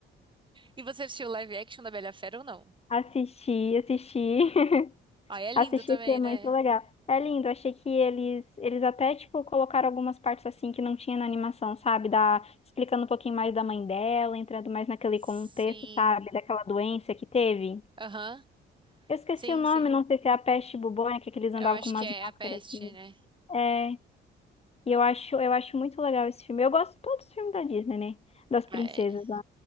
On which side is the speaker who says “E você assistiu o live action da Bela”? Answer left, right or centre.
Right